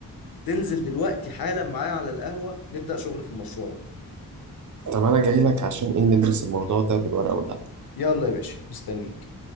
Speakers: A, on the left; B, on the right.
A: تنزل دلوقتي حالا معايا على القهوة نبدأ شغل في المشروع ده
B: طب انا جاي لك عشان ايه ندرس الموضوع ده بالورقه والقلم
A: يلا يا باشا مستنيك